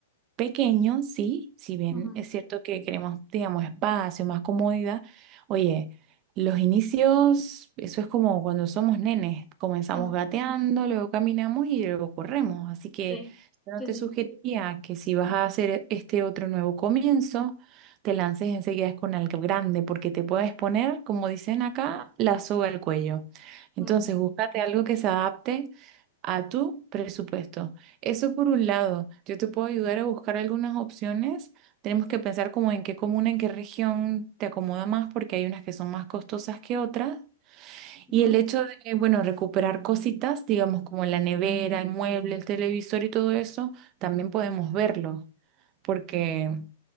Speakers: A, on the right; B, in the centre.
A: pequeño, sí, si bien
B: ujú,
A: es cierto que queremos, digamos, espacio, más comodidad, oye, los inicios, eso es como cuando somos nenes, comenzamos
B: mm.
A: gateando, luego caminamos y luego corremos, así que
B: Sí,
A: yo no
B: sí,
A: te sugeriría que si vas a hacer este otro nuevo comienzo, te lances enseguida con algo grande, porque te puedes poner, como dicen acá, la soga al cuello.
B: sí.
A: Entonces, búscate algo que se adapte a tu presupuesto. Eso por un lado, yo te puedo ayudar a buscar algunas opciones. Tenemos que pensar como en qué comuna, en qué región te acomoda más, porque hay unas que son más costosas que otras.
B: Ujú.
A: Y el hecho de, bueno, recuperar cositas, digamos como la nevera, el mueble, el televisor y todo eso, también podemos verlo. Porque,